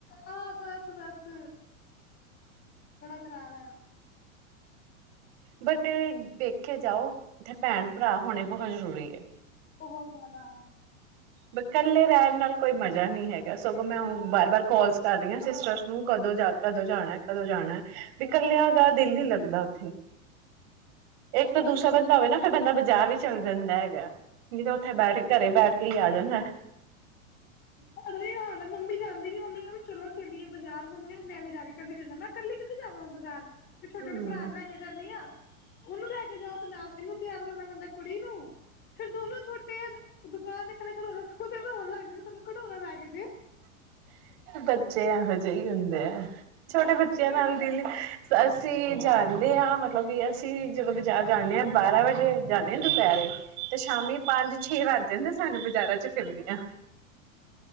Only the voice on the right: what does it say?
ਬਟ ਦੇਖੇ ਜਾਓ, ਉੱਥੇ ਭੈਣ ਭਰਾ ਹੋਣੇ ਬਹੁਤ ਜ਼ਰੂਰੀ ਐ।
ਬਈ ਕੱਲੇ ਰਹਿਨ ਨਾਲ ਕੋਈ ਮਜਾ ਨਹੀਂ ਹੈ। ਸਗੋਂ ਮੈਂ ਹੂਣ
ਬਾਰ
ਬਾਰ ਕੋਲਸ ਕਰ ਰਹੀ ਹਾਂ। ਸਿਸਟਰਸ ਨੂੰ, ਕਦੋਂ ਜਾ, ਕਦੋਂ ਜਾਣਾ, ਕਦੋਂ ਜਾਣਾ ਐ? ਵੀ ਕੱਲਿਆ ਦਾ ਦਿਲ ਹੀ ਲੱਗ ਲਦਾ ਉੱਥੇ ਇੱਕ ਤਾਂ
ਦੂਸਰਾ
ਬੰਦਾ ਹੋਵੇ ਨਾ ਫ਼ਿਰ ਬੰਦਾ ਪੰਜਜ਼ਾਰ ਵੀ ਚੱਲ ਜਾਂਦਾ ਹੈ ਤਾਂ ਉੱਥੇ ਬੈਠ ਕੇ ਘਰੇ ਬੈਠ ਕੇ ਹੀ ਆ ਜਾਂਦਾ ਹ
ਹੂੰ।
ਬੱਚੇ ਇਹੋ ਜਿਹੇ ਹੀ ਹੁੰਦੇ ਆ ਛੋਟੇ
ਬੱਚਿਆਂ
ਨਾਲ ਦਿਲ ਸੱਸ ਅਸੀਂ ਜਾਂਣਦੇ ਹਾਂ ਮਤਲਬ ਕਿ ਅਸੀਂ ਜਦੋਂ ਬਾਜ਼ਾਰ ਜਾਂਦੇ ਹਾਂ ਬਾਰਾਂ ਵਜੇ ਜਾਂਦੇ ਹ ਦੁਪਹਿਰੇ ਤੇ ਸ਼ਾਮੀ ਪੰਜ ਛੇ ਵਜੇ ਕਹਿੰਦੇ ਸਾਨੂੰ ਬਾਜ਼ਾਰਾਂ ਚ ਫਿਲਦੀਆਂ